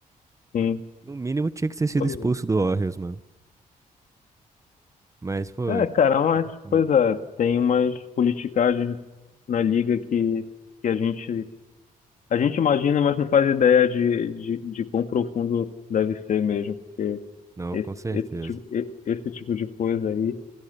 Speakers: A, on the left (about 60°); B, on the right (about 20°).
A: Sim,
B: No mínimo tinha que ter sido
A: pois
B: expulso
A: é.
B: do Warriors, mano. Mas, pô,
A: É, cara, mas,
B: foi fogo.
A: pois é, tem umas politicagens na liga que, que a gente A gente imagina, mas não faz ideia de, de, de quão profundo deve ser mesmo, porque
B: não,
A: esse,
B: com certeza.
A: esse, tipo, e- esse tipo de coisa aí,